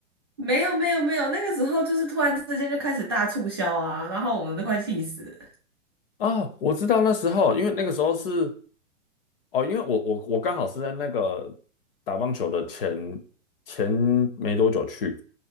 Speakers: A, on the right; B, on the left.
A: 没有没有没有，那个时候就是突然之间就开始大促销啊，然后我们都快气死了。
B: 哦，我知道那时候，因为那个时候是哦，因为我我我刚好是在那个打棒球的前前没多久去，